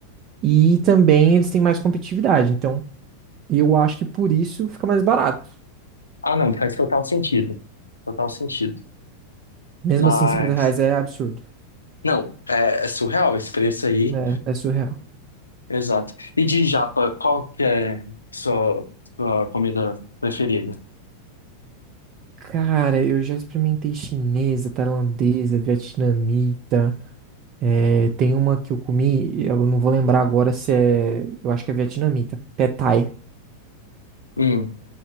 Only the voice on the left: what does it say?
Ah, não, faz total sentido. Total sentido.
Mas.
Não, é, é surreal esse preço aí.
Exato. E de japa, qual que é sua, sua comida preferida?
Hum,